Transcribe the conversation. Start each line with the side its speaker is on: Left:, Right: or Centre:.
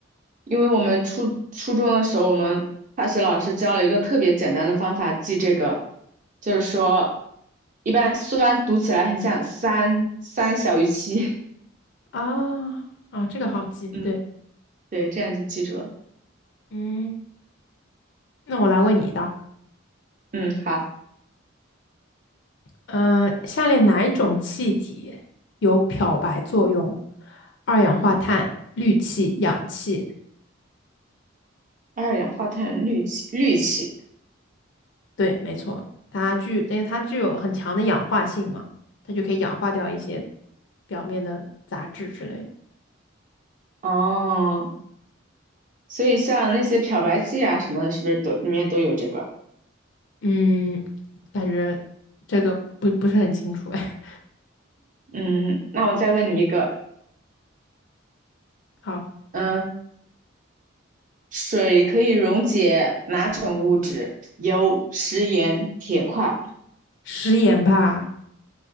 Right: 因为我们初初中的时候，我们化学老师教了一个特别简单的方法记这个，就是说，一般酸读起来很像三，三小于七。<laughs>
Left: 啊啊，这个好记，
Right: 嗯，
Left: 对，
Right: 对，这样就记住了。
Left: 嗯，那我来问你一道，
Right: 嗯，好，
Left: 呃，下列哪一种气体有漂白作用？二氧化碳、氯气、氧气。
Right: 二氧化碳氯气，氯气。
Left: 对，没错，它具，因为它具有很强的氧化性嘛，它就可以氧化掉一些表面的杂质之类的。
Right: 哦，所以像那些漂白剂啊什么的，是不是都里面都有这个？
Left: 嗯，感觉这个不不是很清楚哎。
Right: 嗯，那我再问你一个，
Left: <laughs> 好，
Right: 嗯，水可以溶解哪种物质？油、食盐、铁块。
Left: 食盐吧，